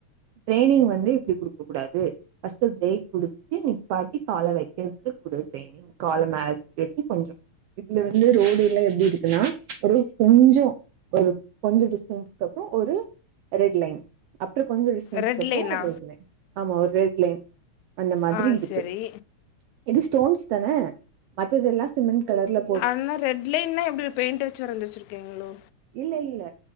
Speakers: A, on the right; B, on the left.
A: ட்ரைனிங் வந்து இப்டி குடுக்க கூடாது ஃபஸ்ட்டு பிரேக் பிடிச்சு நிப்பாட்டி கால வைக்கிறதுக்கு குடு ட்ரைனிங் கால மேல் தூக்கி வச்சு கொஞ்சோ இதுல வந்து ரோடுல எப்டி ருன்னா ஒரு கொஞ்சோ ஒரு கொஞ்சோ டிஸ்டன்ஸ்கு அப்புற ஒரு ரெட் லைன் அப்புறம் கொஞ்ச டிஸ்டன்ஸக்கு
B: ரெட்
A: அப்புறம்
B: லைனா
A: ஒரு ரெட் லைன் ஆமா ஒரு ரெட் லைன் அந்த மாதிரி
B: ஆ
A: இருக்கு
B: சரி
A: இது ஸ்டோன்ஸ் தான மத்தது எல்லாம் சிமெண்ட் கலர்ல போட்டு
B: ன்னு ரெட் இல்லைனா எப்டி பெயிண்ட் வச்சு வரைஞ்சு வச்சருக்கங்களோ
A: இல்ல இல்ல